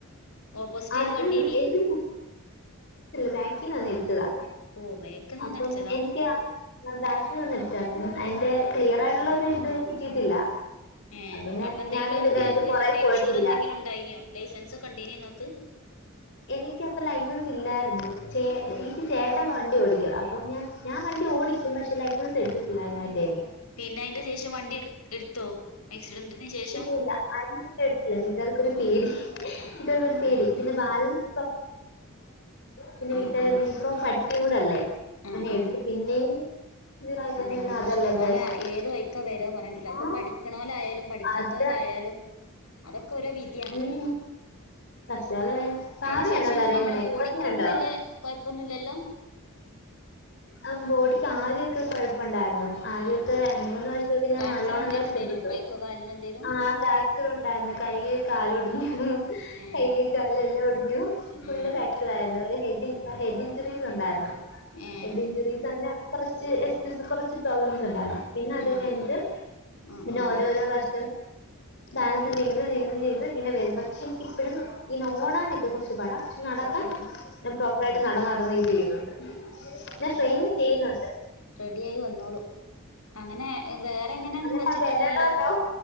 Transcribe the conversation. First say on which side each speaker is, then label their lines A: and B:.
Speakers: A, on the left (about 80°); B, on the left (about 55°).
A: ഓപ്പോസിറ്റ്
B: അത്
A: ഏത്
B: <unintelligible>
A: വണ്ടിയേനി
B: ബാക്കിലന്ന് ഇടിച്ചതാ
A: ഓഹ് ബേക്ക്ന്ന് വന്നിടിച്ചതാ
B: അപ്പം എനിക്ക് <unintelligible> പേപ്പർ അയ്ന്റെ ക്ലിയർ ആയിട്ടുള്ളത് ഇത് കിട്ടിയിട്ടില്ല
A: ഏ
B: പിന്നെ
A: അപ്പൊ എന്തെങ്കിലും
B: ഞാനും പിന്നെ അതിന്റെ
A: ഇത്
B: പുറകെ
A: കിട്ടിയ ഇൻഷൂറ്
B: പോയിട്ടില്ല
A: എന്തെങ്കിലും ഉണ്ടായിനോ ലൈസൻസ് ഒക്കെ ഉണ്ടെയ്നോ നിങ്ങക്ക്
B: എനിക്ക് അപ്പൊ ലൈസൻസ് ഇല്ലായിരുന്നു ചേ
A: ഓഹ്
B: രീതി ചേട്ടൻ വേണ്ട വണ്ടി ഓടിക്ക അപ്പ ഞൻ ഞാൻ വണ്ടി ഓടിക്കും പക്ഷേ ലൈസൻസ് എടുത്തിട്ടില്ലായിരുന്നു ആ ടൈമിൽ
A: പിന്നെ അതയ്ന്റെ ശേഷം വണ്ടി എടു എടുത്തോ ആക്സിഡന്റിന് ശേഷം
B: ഇല്ലല്ല അയ്‌ന്റേഷം എടുത്തില്ല വീട്ടാർക്കരു പേടി
A: ആഹ്
B: വീട്ടാർടക്കൊരു
A: ആഹ്
B: പേടി പിന്നെ ബാലൻ <unintelligible> പിന്നെ
A: ആഹ്
B: വീട്ടുകാർ
A: ആഹ് ആഹ്
B: <unintelligible> ഇപ്പ പഠിക്കൂടല്ലേ
A: ആഹ്
B: പിന്നെ
A: ആഹ്
B: എടുത്ത് പിന്നെയും ഇതിലായിക്കഴിഞ്ഞാൽ
A: എന്തെങ്കിലും
B: അതല്ലേ
A: കഷ്ടകാല
B: പ്രശ്നം
A: ഏത് വഴിക്കാ വരാ പറയാൻ പറ്റൂല
B: ആ
A: അപ്പൊ പഠിക്കണോലായാലും പഠിക്കാത്തോലായാലും
B: അത്
A: അതൊക്കെ ഓരോ വിധയാണ്
B: ഉം കഷ്ടകാലം കാവയുണ്ടോ
A: അതിന് ശേഷം
B: കരയുന്നേ
A: നമ്മള ബോഡിക്കൊന്നും
B: കൊഞ്ഞുണ്ടോ
A: വല്ല്യ കൊഴപ്പൊന്നുല്ലല്ലോ <unintelligible>
B: ആ ബോടിക്ക് ആദ്യൊക്കെ കൊഴപ്പണ്ടായിരുന്നു ആദ്യത്തെ
A: ആഹ് ആഹ്
B: രണ്ട് മൂന്ന് വർഷൊക്കെ
A: ഫ്രാക്ചർ
B: ഞാൻ നല്ലോണം
A: എന്തേലും
B: കഷ്ടപ്പെട്ടു
A: ഉണ്ടേനോ കൈക്കോ കാലിനോ എന്തേലും
B: ആ ഫാക്ചർ ഉണ്ടായിന്ന് കയ്യ് കാല് ഒടിഞ്ഞു
A: ഏഹ്
B: കയ്യ് കാല് എല്ലാം ഒടിഞ്ഞു ഫുള്ള്
A: ഏഹ്
B: ഫ്രാക്ചർ ആയിരുന്നുഒരു ഹെഡ് ഹെഡ് ഇഞ്ചുറീസ് ഉണ്ടായിരുന്നു
A: ഏഹ്
B: ഹെഡ് ഇഞ്ചുറീസ് അങ്ങനെ കുറച്ച് എ കുറച്ച് പ്രോബ്ലംസ് ഉണ്ടായിരുന്നു പിന്നെ അതൊകഴിഞ്ഞിട്ട്
A: ഏഹ് ആഹ്
B: പിന്നെ
A: ആഹ്
B: ഓരോരോ വർഷവും ബാലൻസ് ചെയ്ത് ചെയ്ത് ചെയ്ത് ഇങ്ങനെ വേ പക്ഷേ എനിക്ക് ഇപ്പഴും ഇന്നേ ഓടാനൊക്കെ കൊർച്ച് പാടാ പക്ഷേ നടക്കാൻ
A: ഉം ഉം
B: ഞാൻ പ്രോപ്പറായിട്ട്
A: ഉം
B: നടന്ന് നടന്ന് ഇത് ചെയ്യുന്നുണ്ട് ഞാൻ ട്രെയിൻ ചെയ്യുന്നുണ്ട്
A: റെഡി ആയി വന്നോളും അങ്ങനെ വേറെ എങ്ങനെയ ഒന്നും
B: അങ്ങനെ
A: വെച്ചിട്ടില്ലല്ലോ
B: വരണല്ലോ